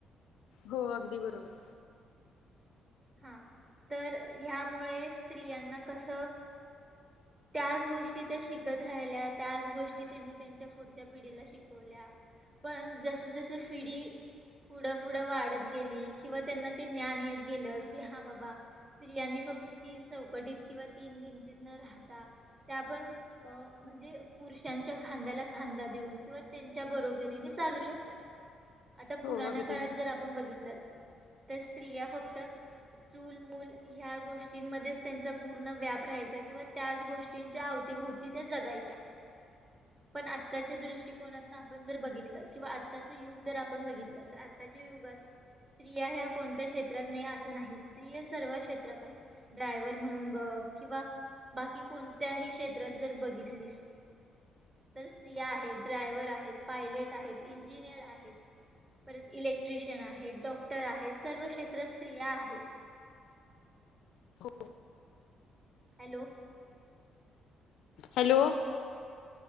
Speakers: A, on the left; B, on the right.
A: हो अगदी बरोबर.
B: हां, तर ह्यामुळे स्त्रियांना कस त्याच गोष्टी त्या शिकत राहिल्या, त्याच गोष्टी त्यांनी त्यांच्या पुढच्या पिढीला शिक, <unintelligible> पण जस जस पिढी पुढ पुढ वाढत गेली, किंवा त्यांना ते ज्ञान येत गेल, की हा बाबा स्त्रियांनी फक्त तीन चौकटीत किंवा तीन भिंतीत न राहता. त्या पण अं, म्हणजे पुरुषांच्या खांद्याला खांदा देऊन किंवा त्यांच्या बरोबरीने चालू शकतात. आता
A: हो
B: पुराणा
A: अगदी
B: काळात
A: बरोबर
B: जर आपण बघितल, तर स्त्रिया फक्त चूल, मूल ह्या गोष्टींमध्येच त्यांचा पूर्ण व्याप राहायचा किंवा त्याच गोष्टींच्या आवतीभवती त्या जगायच्या. <inaudible> पण आत्ताच्या दृष्टीकोनातन आपण जर बघितल किंवा आत्ताच युग जर आपण बघितल तर आत्ताच्या युगात स्त्रिया ह्या कोणत्या क्षेत्रात नाही आस नाहीस, स्त्रिया सर्व क्षेत्रात आहेत ड्रायव्हर म्हणून बघ किंवा बाकी कोणत्याही क्षेत्रात जर बघितलीस तर स्त्रिया आहेत, ड्रायव्हर आहेत, पायलेट आहेत, इंजिनियर आहेत. परत इलेक्ट्रिशन आहेत, डॉक्टर आहेत, सर्व क्षेत्रात स्त्रिया आहेत.
A: हो
B: हॅलो
A: हॅलो